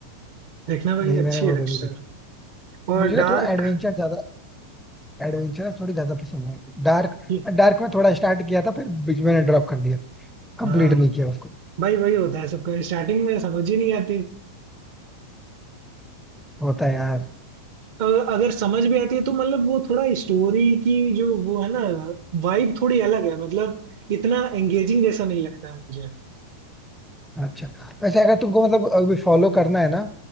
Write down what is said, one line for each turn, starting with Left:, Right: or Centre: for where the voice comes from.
Right: देखना भाई
Centre: नहीं
Right: अच्छी
Centre: मैंने वो
Right: है डेक्स्टर
Centre: तो नहीं देखी
Right: और
Centre: मुझे
Right: डार्क
Centre: ना थोड़ा एडवेंचर ज्यादा एडवेंचरस थोड़ी ज्यादा पसंद है डार्क
Right: ये-
Centre: डार्क में थोड़ा स्टार्ट किया था फिर बीच में ड्रॉप कर दिया कंप्लीट
Right: हाँ
Centre: नहीं किया उसको
Right: भाई वही होता है सबका स्टार्टिंग में समझ ही नहीं आती
Centre: होता है यार
Right: अगर अगर समझ भी आती है तो मतलब वो थोड़ा स्टोरी की जो वो है ना वाइब थोड़ी अलग है मतलब इतना एंगेजिंग जैसा नहीं लगता है मुझे
Centre: अच्छा वैसे अगर तुमको मतलब अभी फॉलो करना है ना